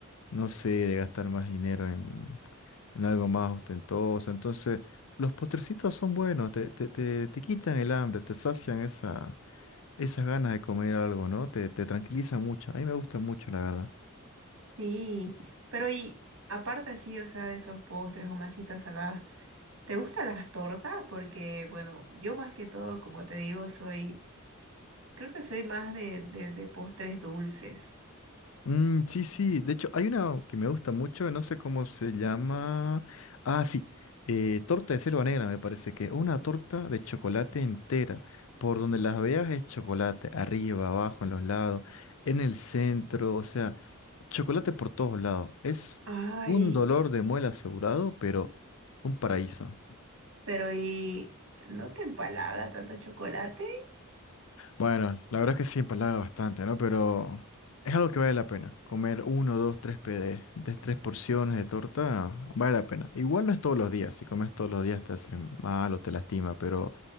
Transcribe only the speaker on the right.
Sí, pero y aparte sí, o sea, de esos postres o masitas saladas, ¿te gustan las tortas? Porque, bueno, yo más que todo, como te digo, soy, creo que soy más de, de, de postres dulces.
Ay.
Pero ¿y no te empalaga tanto chocolate?